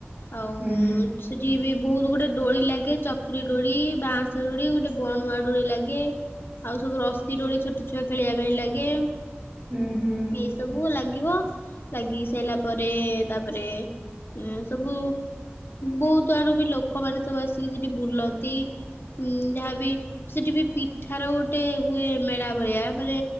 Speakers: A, on the left; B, on the right.
A: ଆଉ
B: ହୁଁ
A: ସେଠି ବି ବହୁତ ଗୋଟେ ଡୋଳି ଲାଗେ ଚକି ଡୋଳି ବାଁଶ ଡୋଳି ଗୋଟେ ବଣୁଆ ଡୋଳି ଲାଗେ। ଆଉ ସବୁ ରଶି ଡୋଳି ଛୋଟ ଛୁଆ ଖେଳିବା ପାଇଁ ଲାଗେ।
B: ହୁଁ ହୁଁ
A: ଏଇ ସବୁ ଲାଗିବ। ଲାଗି ସାରିଲା ପରେ ତାପରେ ଊଁ ସବୁ ବହୁତ ଆଡୁ ବି ଲୋକ କ <unintelligible> ସବୁ ଆସିକି ସେଠି ବୁଲନ୍ତି ଉଁ ଯାହାବି ସେଠି ବି ପିଠାର ଗୋଟେ ହୁଏ ମେଳା ଭଳିଆପରେ